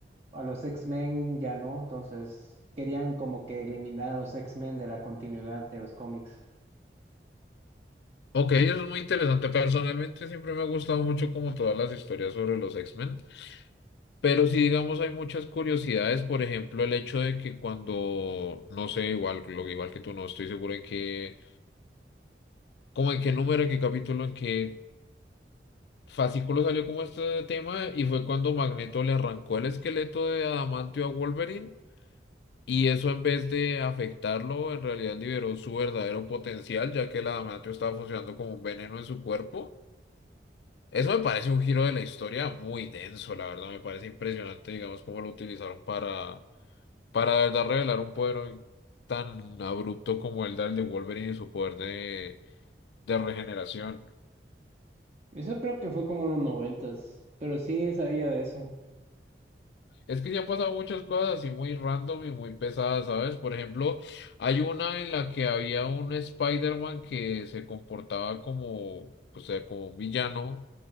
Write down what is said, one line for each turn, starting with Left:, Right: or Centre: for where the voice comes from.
Right: a los X-Men ya no. Entonces querían como que eliminar a los X-Men de la continuidad de los cómics.
Left: Ok, eso es muy interesante. Personalmente siempre me ha gustado mucho como todas las historias sobre los X-Men, pero si digamos hay muchas curiosidades, por ejemplo, el hecho de que cuando, no sé, igual, lo igual que tú no estoy seguro en qué, como en qué número, en qué capítulo, en qué Fascículo salió como este tema y fue cuando Magneto le arrancó el esqueleto de adamantio a Wolverine y eso en vez de afectarlo en realidad liberó su verdadero potencial ya que el adamantio estaba funcionando como un veneno en su cuerpo. Eso me parece un giro de la historia muy denso, la verdad me parece impresionante digamos cómo lo utilizaron para para de verdad revelar un poder tan abrupto como el del de Wolverine y su poder de de regeneración.
Right: Eso creo que fue como en los noventas, pero sí sabía de eso.
Left: Es que se han pasado muchas cosas así muy random y muy pesadas, ¿sabes? Por ejemplo, hay una en la que había un Spider-Man que se comportaba como, o sea, como un villano.